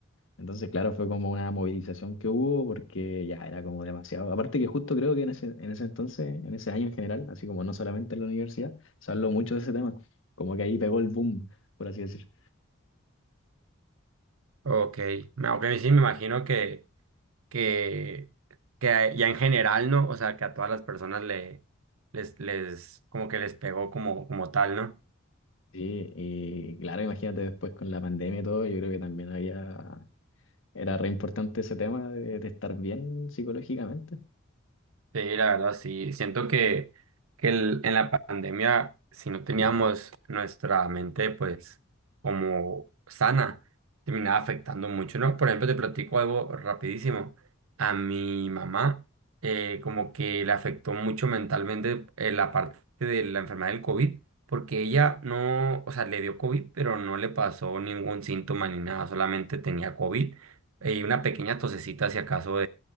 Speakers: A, on the left; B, on the right.
A: Entonces, claro, fue como una movilización que hubo porque ya era como demasiado. Aparte que justo creo que en ese, en ese entonces, en ese año en general, así como no solamente en la universidad, se habló mucho de ese tema. Como que ahí pegó el boom, por así decir.
B: Ok, me- aunque sí me imagino que, que, que a- ya en general, ¿no? O sea, que a todas las personas le, les, les, como que les pegó como, como tal, ¿no?
A: Sí, y claro, imagínate después con la pandemia y todo, yo creo que también había, era re importante ese tema de, de estar bien psicológicamente.
B: Sí, la verdad, sí. Siento que, que el- en la pandemia, si no teníamos nuestra mente, pues, como sana, terminaba afectando mucho, ¿no? Por ejemplo, te platico algo rapidísimo. A mi mamá, eh, como que le afectó mucho mentalmente eh, la parte de la enfermedad del COVID, porque ella no, o sea, le dio COVID, pero no le pasó ningún síntoma ni nada, solamente tenía COVID eh, y una pequeña tosecita, si acaso,